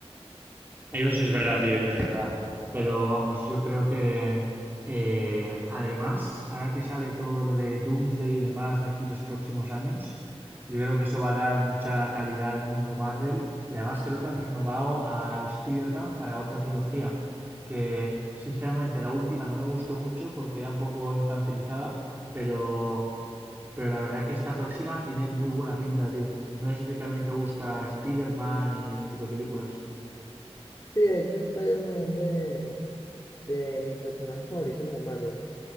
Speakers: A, on the right; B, on the left.
A: Eso sí es verdad, tío, ya es verdad. Pero vamos, yo creo que eh, además, ahora que sale todo lo de Doomsday y demás de aquí los próximos años, yo creo que eso va a dar mucha calidad al mundo Marvel. Y además creo que han renovado a Spider-Man para otra trilogía, que sinceramente la última no me gustó mucho porque era un poco infantilizada, pero, pero la verdad que esta próxima tiene muy buena pinta, tío. No sé si a ti también te gusta Spider-Man y
B: Sí,
A: ese tipo de películas.
B: de hecho, Spider-Man es de, de mis personajes favoritos de Marvel.